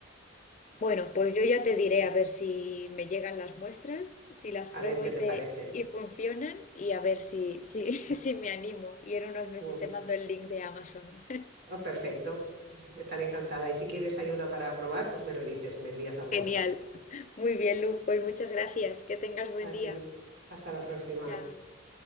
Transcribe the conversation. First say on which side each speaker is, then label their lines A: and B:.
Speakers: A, on the left; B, on the right.
A: Bueno, pues yo ya
B: Ujú.
A: te diré a ver si me llegan las muestras, si las pruebo
B: A ver qué
A: y
B: te
A: te
B: parecen.
A: y funcionan y a ver si, si, <laughs> si me animo. Y en unos meses
B: Uy,
A: te mando el link de Amazon.
B: ah, perfecto. Es- Estaré encantada. Y si quieres ayuda para probar, pues me lo dices y me envías
A: <laughs>
B: algunas.
A: Genial. Muy bien, Luz. Pues muchas gracias. Que tengas buen
B: A
A: día.
B: ti. Hasta la próxima.
A: Chao.